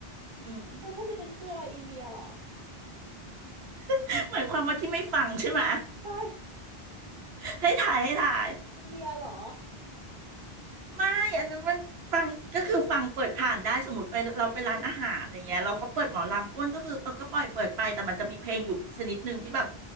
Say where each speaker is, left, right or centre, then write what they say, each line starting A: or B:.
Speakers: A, on the right; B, on the right.
A: อืม
B: แล้วฉันดิดนันคืออะไรอินเดียเหรอ
A: <laughs> หมายความว่าที่ไม่ฟังใช่ไหม
B: ไม่
A: ให้ถ่ายให้ถ่าย
B: อินเดียเหรอ
A: ไม่อันนั้นมันฟังก็คือฟังเปิดผ่านได้สมมติไปเราไปร้านอาหารอย่างเงี้ยเราเขาเปิดหมอลำอ้วนก็คือเออก็ปล่อยเปิดไปแต่มันจะมีเพลงอยู่ชนิดหนึ่งที่แบบ